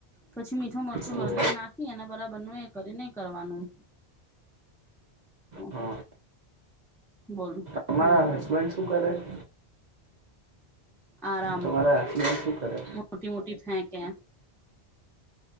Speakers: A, in the centre; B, on the right.
A: પછી મીઠું, મરચું,
B: એવું
A: હળદર નાખી અને બરાબર નો એ કરે ને કરવાનું તો
B: હા
A: બોલું
B: તમારા
A: હમ
B: હસબન્ડ શું કરે? <inaudible>
A: આરામ,
B: તમારા હસબન્ડ શું કરે
A: મોટી મોટી ફેંકે,